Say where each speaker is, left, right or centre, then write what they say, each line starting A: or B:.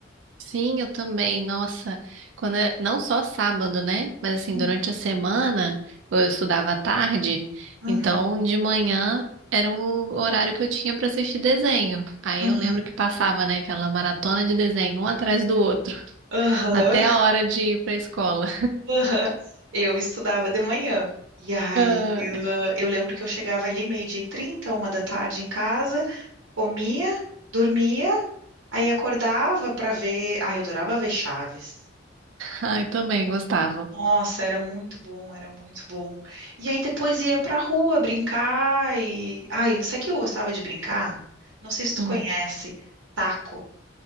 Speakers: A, on the right; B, on the right.
A: Sim, eu também. Nossa, quando é- não só sábado, né? Mas assim,
B: Hum,
A: durante a semana, eu estudava à tarde,
B: Uhum,
A: então de manhã era o horário que eu tinha para assistir desenho. Aí
B: uhum,
A: eu lembro que passava, né, aquela maratona de desenho, um atrás do outro, <laughs>
B: aham,
A: até a hora de ir para a escola.
B: aham. Eu estudava de manhã. E aí
A: <laughs>
B: eu, eu lembro que eu chegava ali meio-dia e trinta, uma da tarde em casa, comia, dormia, aí acordava para ver. Ai, eu adorava ver Chaves.
A: Ah, Ai, também gostava.
B: Nossa, era muito bom, era muito bom. E aí depois ia pra rua brincar e. Ai, sabe o que eu gostava de brincar? Não sei se tu
A: Hum,
B: conhece, taco.